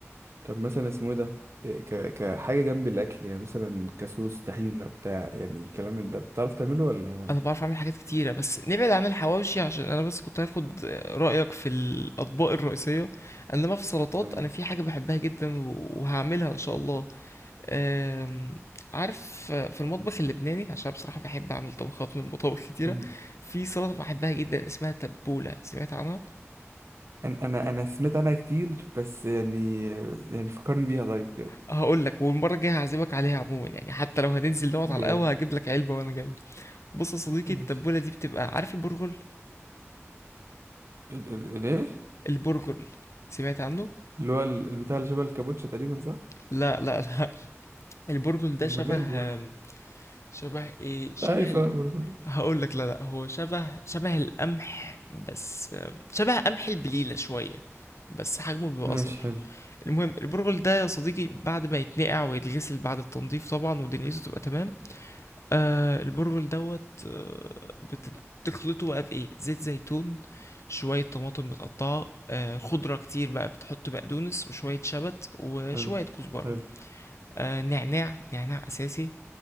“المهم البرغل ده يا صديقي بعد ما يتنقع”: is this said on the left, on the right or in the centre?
Left